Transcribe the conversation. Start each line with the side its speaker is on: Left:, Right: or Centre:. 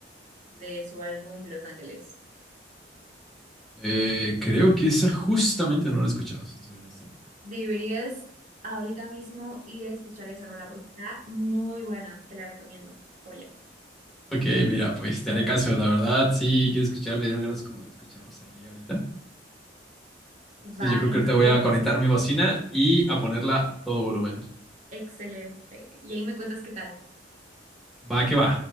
Right: de su álbum Los Ángeles.
Centre: Eh, creo que esa justamente no la he escuchado, si te soy honesto.
Right: Deberías ahorita mismo ir a escuchar esa rola porque está muy buena. Te la recomiendo. Joya.
Centre: Ok, mira, pues te haré caso, la verdad. Sí, quiero escuchar, me dieron ganas como de escuchar Rosalía ahorita. Entonces
Right: Va,
Centre: yo creo
Right: entonces,
Centre: que ahorita voy a conectar mi bocina y a ponerla a todo volumen.
Right: excelente. Y ahí me cuentas qué tal.
Centre: Va que va.